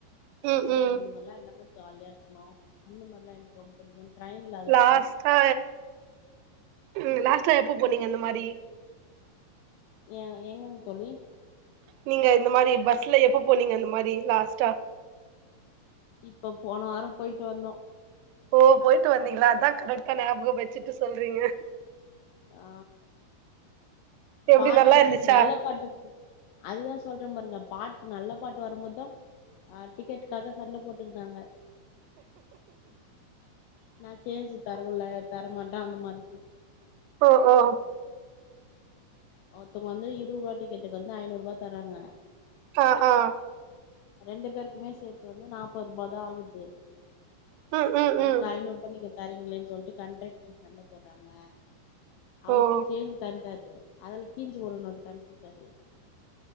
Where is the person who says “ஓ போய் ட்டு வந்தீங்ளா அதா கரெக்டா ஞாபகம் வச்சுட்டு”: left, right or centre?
Right